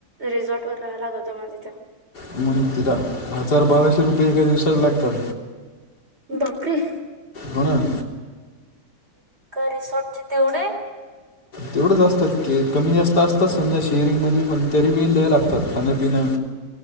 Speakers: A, on the right; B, on the left.
A: रिझॉर्टवर राहायला लागतं म तिथं
B: म्हणुन जा हजार बाराशे रुपये एका दिवसात लागतात
A: बपरे!
B: होना
A: का रिसॉर्टचे तेवढे
B: तेवढंच असतात की कमी जास्त असतात, समजा शेअरिंग मध्ये तरी बि ल्यायला लागतात खाणपिनं.